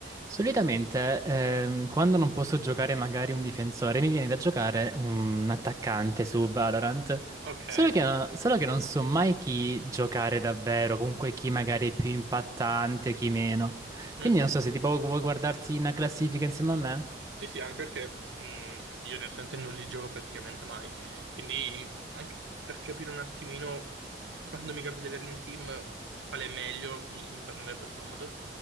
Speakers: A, on the right (about 15°); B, on the right (about 85°).
A: Solitamente, ehm, quando non posso giocare magari un difensore, mi viene da giocare un attaccante su Valorant.
B: Ok.
A: Solo che, no- solo che non so mai chi giocare davvero, comunque chi magari è più impattante, chi meno.
B: Mhm.
A: Quindi non so se tipo vuoi guardarti una classifica insieme a me.
B: Sì, sì, anche perché mh, io onestamente non li gioco praticamente mai, quindi anche per capire un attimino quando mi capita di averli in team, qual è meglio, mi, mi tornerebbe comodo.